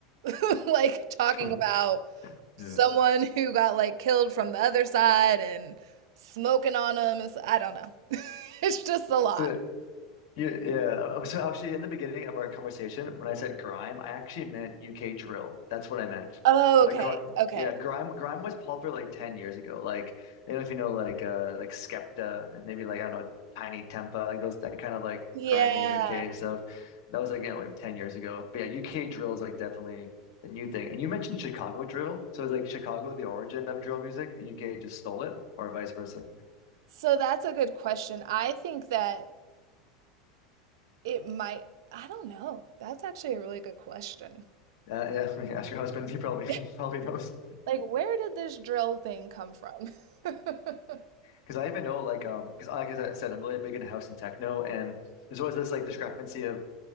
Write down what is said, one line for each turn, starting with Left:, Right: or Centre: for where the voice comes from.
Right: <laughs> like talking
Left: Cool.
Right: about someone
Left: Yeah.
Right: who got like killed from the other side and smoking on them. It's, I don't know. <laughs> It's just a lot.
Left: So Yeah, yeah. Uh, So actually, in the beginning of our conversation, when I said grime, I actually meant UK drill. That's what I meant.
Right: Oh,
Left: But
Right: okay.
Left: grime,
Right: Okay.
Left: yeah, grime, grime was popular like ten years ago. Like I don't know if you know, like uh, like Skepta and maybe like I don't know, Tiny Tempa, like those that kind of like
Right: Yeah.
Left: grimy UK stuff. That was like, you know, like ten years ago. But yeah, UK drill is like definitely the new thing. And you mentioned Chicago drill, so it's like Chicago the origin of drill music, and UK just stole it, or vice versa.
Right: So that's a good question. I think that it might, I don't know. That's actually a really good question.
Left: Yeah, yeah. <laughs> I mean, ask your husband; he probably <laughs> he
Right: <laughs>
Left: probably knows.
Right: Like, where did this drill thing come from? <laughs>
Left: Because I even know, like, um, because like I said, I'm really big into house and techno, and there's always this like discrepancy of